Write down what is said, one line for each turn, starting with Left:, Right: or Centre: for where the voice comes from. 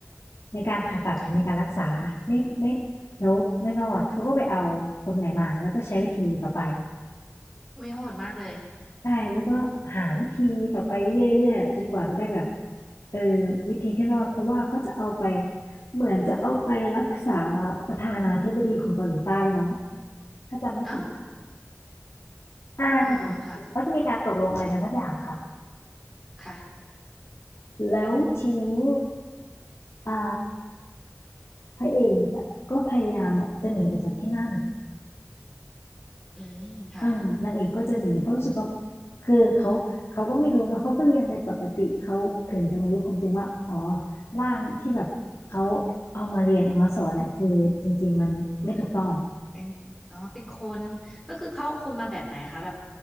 Left: ในการผ่าตัดในการรักษาไม่ไม่
Centre: ค่ะ
Left: แล้วไม่รอดเขาก็ไปเอาคนใหม่มาแล้วก็ใช้วิธีต่อไป
Centre: วิโหดมากเลย
Left: ใช่แล้วก็หาวิธีต่อไปเรื่อยๆจนกว่าจะได้แบบเออวิธีที่รอดเพราะว่าเขาจะเอาไปเหมือนจะเอาไปรักษาประธานาธิบดีของเกาหลีใต้มั้งถ้าจำไม่ผิดนะ
Centre: เอ้า
Left: อ่าเหมือนเขาจะมีการตกลงอะไรกันสักอย่างค่ะ
Centre: เออเออค่ะค่ะ
Left: แล้วทีนี้อ่าพระเอกอะก็พยายามแบบจะหนีออกจากที่นั่น
Centre: อืมค่ะ
Left: อ่านางเอกก็จะหนีเพราะรู้สึกว่าคือเขาเขาก็ไม่รู้นะเขาก็เรียนไปปกติเขาถึงจะมารู้ความจริงว่าอ๋อร่างที่แบบเขาเอามาเรียนเอามาสอนเนี่ยคือจริงๆมันไม่ถูกต้อง
Centre: เป็นอ๋อเป็นคนก็คือเข้าคนมาแบบไหนคะแบบ